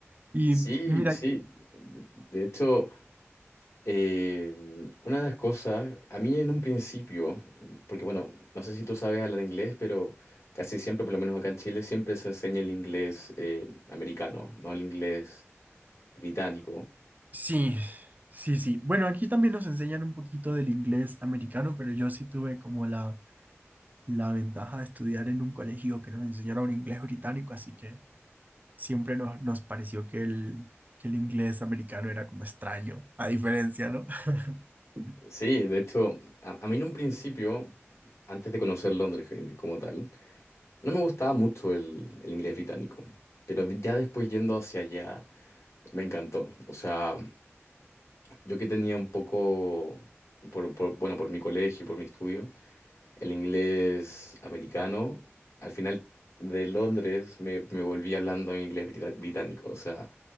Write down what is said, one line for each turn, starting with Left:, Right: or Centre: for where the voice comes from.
Right: Y
Left: Sí,
Right: y mira,
Left: sí. De hecho, Eh, una de las cosas, a mí en un principio, porque bueno, no sé si tú sabes hablar inglés, pero casi siempre, por lo menos acá en Chile, siempre se enseña el inglés eh, americano, no el inglés británico.
Right: sí, sí, sí. Bueno, aquí también nos enseñan un poquito del inglés americano, pero yo sí tuve como la, la ventaja de estudiar en un colegio que nos enseñara un inglés británico, así que siempre nos, nos pareció que el, que el inglés americano era como extraño, a diferencia, ¿no? <laughs>
Left: Sí, de hecho, a, a mí en un principio, antes de conocer Londres eh, como tal, no me gustaba mucho el, el inglés británico, pero de- ya después yendo hacia allá, me encantó. O sea, yo que tenía un poco, por, por- bueno, por mi colegio, por mi estudio. El inglés americano, al final de Londres me, me volví hablando en inglés brita- británico. O sea,